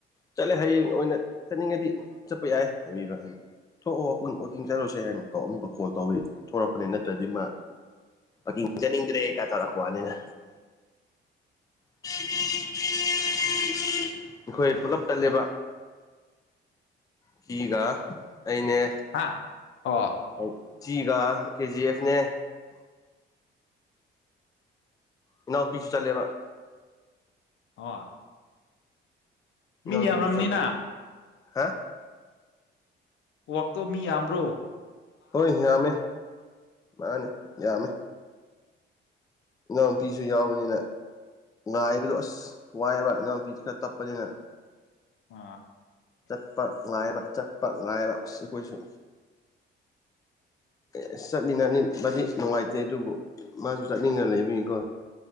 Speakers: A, on the left; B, on the left.
A: ꯆꯠꯂꯦ ꯍꯌꯦꯡ ꯑꯣꯏꯅ ꯆꯠꯅꯤꯡꯉꯗꯤ ꯆꯠꯄ ꯌꯥꯏ ꯍꯥꯏꯕꯤꯕ ꯑꯩꯅ ꯊꯣꯛꯑꯣ ꯋꯥꯈ ꯋꯥꯋꯀꯤꯡ ꯆꯠꯔꯨꯁꯦ ꯍꯥꯏꯅ ꯑꯃꯨꯛ ꯀꯣꯜ ꯇꯧꯔꯤꯤ ꯊꯣꯛꯣꯔꯛꯄꯅꯦ ꯅꯠꯇ꯭ꯔꯗꯤ ꯃꯥ ꯀꯤꯡꯖꯅꯤꯡꯗ꯭ꯔꯦ ꯀꯥꯏ ꯇꯧꯔꯛꯄ ꯋꯥꯅꯤꯅ <unintelligible> ꯑꯩꯈꯣꯏ ꯄꯨꯂꯞ ꯇꯠꯂꯦꯕ ꯐꯤꯒ ꯑꯅꯦ
B: ꯍꯥꯥ ꯑꯣ
A: ꯑꯦ ꯆꯤꯒ ꯀꯦꯖꯤ ꯑꯦꯐꯅꯦ ꯏꯅꯥꯎꯄꯤꯁꯨ ꯆꯠꯂꯦꯕ
B: ꯑꯣ ꯃꯤ
A: ꯑꯕꯤꯖꯨ
B: ꯌꯥꯝꯔꯝꯅꯤꯅ
A: ꯆ ꯆ ꯍꯥ
B: ꯋꯥꯛꯇ ꯃꯤ ꯌꯥꯝ꯭ꯔꯣ
A: ꯍꯣꯏ ꯌꯥꯝꯃꯦ ꯃꯥꯅꯤ ꯌꯥꯝꯃꯦ ꯉꯥꯡꯄꯤꯤꯁꯨ ꯌꯥꯎꯕꯅꯤꯅ ꯉꯥꯏꯕꯗꯣ ꯑꯁ ꯋꯥꯏꯑꯕ ꯏꯅꯥꯎꯄꯤꯁ ꯈꯔ ꯇꯞꯄꯅꯤm
B: ꯑꯥ
A: ꯆꯠꯄ ꯉꯥꯏꯕ ꯆꯠꯄ ꯉꯥꯏ ꯑꯩꯈꯣꯏꯁꯨ ꯑꯦ ꯑꯁ ꯆꯠꯃꯤꯟꯅꯅꯤꯡꯕꯗꯤ ꯅꯨꯡꯉꯥꯏꯇꯦ ꯑꯗꯨꯕꯨ ꯃꯥꯁꯨ ꯆꯠꯅꯤꯡꯉ ꯂꯩꯕꯅꯤꯀꯣ